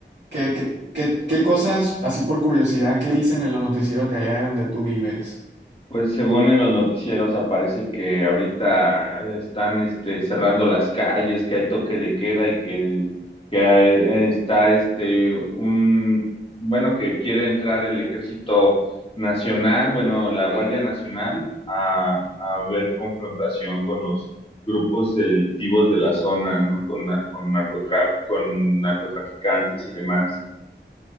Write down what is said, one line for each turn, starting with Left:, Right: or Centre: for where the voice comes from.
Right: ¿qué, qué, qué, qué cosas, así por curiosidad, qué dicen en los noticieros de allá de donde tú vives?
Left: Pues según en los noticieros aparece que ahorita están este, cerrando las calles, que hay toque de queda y que, que hay- está este un, bueno, que quiere entrar el Ejército Nacional, bueno, la Guardia Nacional a, a ver confrontación con los grupos delictivos de la zona, ¿no? Con, na- con narcotrafi- con narcotraficantes y demás.